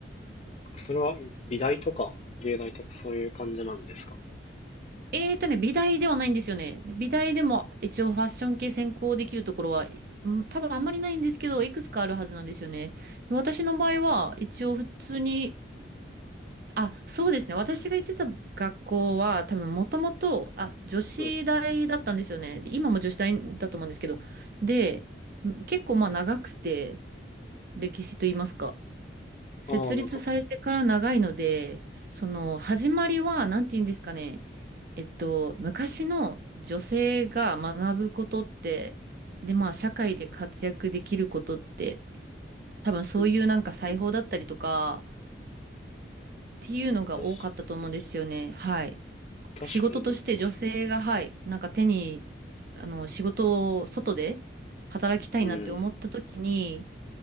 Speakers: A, on the left; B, on the right.
A: それは美大とか芸大とかそういう感じなんですか
B: えーとね、美大ではないんですよね。美大でも一応ファッション系専攻できるところは、うん多分あんまりないんですけど、いくつかあるはずなんですよね。で私の場合は、一応普通にあ、そうですね。私が行ってた学校は、多分もともと、あ、女子大だったんですよね。
A: はい。
B: で今も女子大だと思うんですけど。で、ん結構まあ長くて、歴史と言いますか。設立されてから長いので、
A: ああ、なんか、
B: その始まりは、なんて言うんですかね。えっと、昔の女性が学ぶことって、で、まあ社会で活躍できることって、多分そういうなんか裁縫だったりとか、
A: うん。
B: っていうのが多かったと思うんですよね。
A: 確
B: はい。
A: 確かになんか、
B: 仕事として女性が、はい、なんか手に、あの、仕事を外で働きたいなって思った時に、
A: うん。